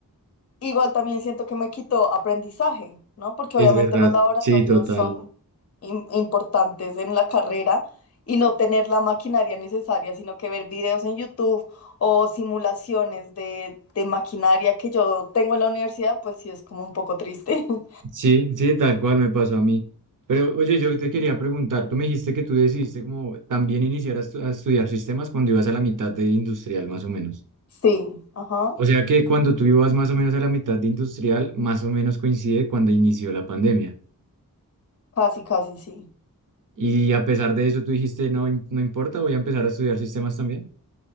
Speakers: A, on the left (about 40°); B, on the right (about 60°).
A: Igual también siento que me quitó aprendizaje, ¿no? Porque
B: Es
A: obviamente
B: verdad,
A: los laboratorios
B: sí, total.
A: son im- importantes en la carrera y no tener la maquinaria necesaria, sino que ver videos en YouTube o simulaciones de, de maquinaria que yo tengo en la universidad, pues sí es como un poco triste. <laughs>
B: Sí, sí, tal cual me pasó a mí. Pero oye, yo te quería preguntar, tú me dijiste que tú decidiste como también iniciar a, estu- a estudiar sistemas cuando ibas a la mitad de industrial, más o menos.
A: Sí, ajá,
B: O sea que cuando tú ibas más o menos a la mitad de industrial, más o menos coincide cuando inició la pandemia.
A: casi, casi, sí.
B: Y a pesar de eso, tú dijiste, no, im- no importa, voy a empezar a estudiar sistemas también.